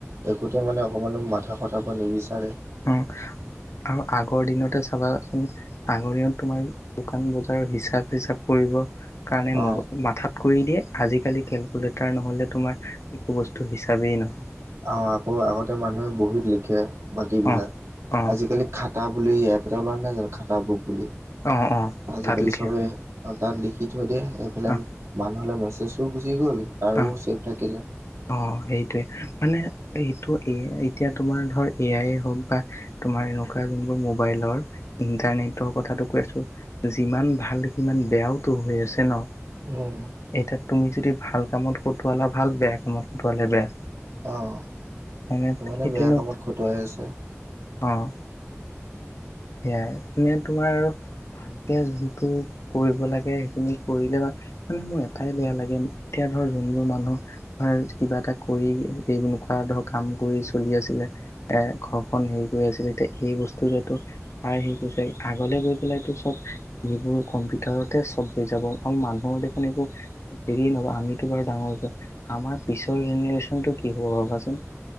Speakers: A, on the right; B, on the left.
A: একোতে মানে অকণমানো মাথা খটাব নিবিচাৰে
B: উম, আৰু আগৰ দিনতে চাবাচোন আগৰ দিনত তোমাৰ দোকান বজাৰ হিচাপ চিচাপ কৰিব কাৰণে
A: অ
B: মগ মাথাত কৰি দিয়ে আজিকালি কেলকুলেটাৰ নহলে তোমাৰ একো বস্তু হিচাপেই নহয়
A: অ', আকৌ আগতে মানুহে বহুত লিখে বাকীবিলাক
B: অ', অ',
A: আজিকালি খাতা বুলি এপ এটা ওলোৱা নাই জানো খাতা বুক বুলি
B: অ', অ'
A: আজিকালি
B: তাত লিখে
A: চবেই তাত লিখি থৈ দিয়ে এইফালে
B: অ',
A: মানুহলে মেছেজো গুচি গ'ল তাৰো
B: অ'।
A: ছেফ থাকিলে
B: অ', সেইটোৱে মানে এইটো এ এতিয়া তোমাৰ ধৰ এ আই হওক বা তোমাৰ এনেকুৱা যোনবোৰ মোবাইলৰ ইন্টাৰনেটৰ কথাটো কৈ আছো যিমান ভাল সিমান বেয়াওতো হৈ আছে ন'।
A: উম
B: এতিয়া তুমি যদি ভাল কামত কটোৱালা ভাল বেয়া কামত কটোৱালে বেয়া।
A: অ',
B: হয় নে?
A: ইমানে
B: সেই
A: বেয়া
B: তেনে
A: কামত খটুৱাই আছে
B: অ', সেয়াই মানে তোমাৰ আৰু ভালকে যোনটো কৰিব লাগে সেইখিনি কৰিলে বা মানে মোৰ এটাই বেয়া লাগে এতিয়া ধৰ যোনবোৰ মানুহ হয়, কিবা এটা কৰি এই এনেকুৱা ধৰ কাম কৰি চলি আছিলে এ ঘৰখন হেৰি কৰি আছিল এতিয়া এই বস্তুটোৱেটো তাই সেই কৈছে আগলে গৈ পেলাইতো চব এইবোৰ কম্পিউটাৰতে চব হৈ যাব অ', মানুহৰ দেখোন একো হেৰি নহব আমিতো বাৰু ডাঙৰ হৈছো আমাৰ পিছৰ জেনেৰেশ্যনটো কি হ'ব ভাবাচোন?